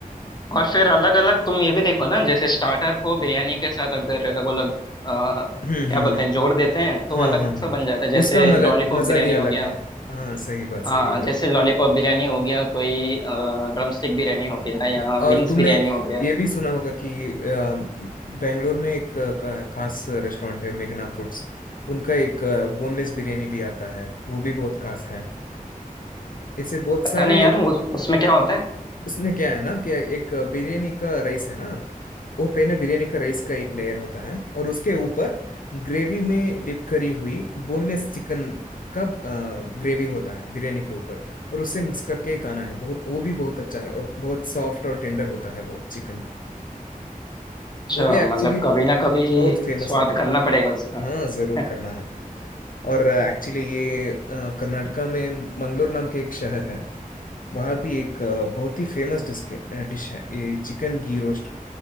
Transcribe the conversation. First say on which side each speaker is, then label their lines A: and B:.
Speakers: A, on the left (about 30°); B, on the left (about 70°).
A: और फिर अलग अलग तुम ये भी देखो ना जैसे स्टार्टर को बिरयानी के साथ अगर वो लोग आ,
B: हम्म
A: क्या
B: हम्म
A: बोलते हैं जोड़ देते हैं तो
B: हाँ
A: अलग
B: हाँ
A: सा
B: हाँ
A: बन जाता है जैसे
B: उसका मलक
A: लॉलीपॉप
B: मजा
A: बिरयानी
B: ही अलग
A: हो गया
B: है हाँ सही बात सही
A: हाँ
B: बात
A: जैसे लॉलीपॉप बिरयानी हो गया कोई ड्रमस्टिक बिरयानी हो गया या
B: हाँ और
A: विंग्स
B: तुमने
A: बिरयानी हो गया
B: ये भी सुना होगा कि अ, बेंगलोर में एक अ, का- खास रेस्टोरेंट है मेघना फूड्स उनका एक बोनलेस बिरयानी भी आता है वो भी बहुत खास है ऐसे बहुत
A: पता
B: सारे
A: नहीं यार उस, उसमें क्या होता है
B: उसमें क्या है ना कि एक बिरयानी का राइस है ना वो पहले बिरयानी का राइस का एक लेयर होता है और उसके ऊपर ग्रेवी में डिप करी हुई बोनलेस चिकन का ग्रेवी होता है बिरयानी के ऊपर और उससे मिक्स करके खाना है बहुत वो भी बहुत अच्छा है और बहुत सॉफ्ट और टेंडर होता है वो चिकन
A: अच्छा
B: वो भी एक्चुअली
A: मतलब कभी ना कभी
B: बहुत फेमस
A: स्वाद
B: है
A: करना पड़ेगा उसका
B: हाँ जरूर
A: <laughs>
B: करना है और एक्चुअली ये अ, कर्नाटका में मंगलोर नाम के एक शहर है वहाँ भी एक अ, बहुत ही फेमस डिश डिश है ये चिकन घी रोस्ट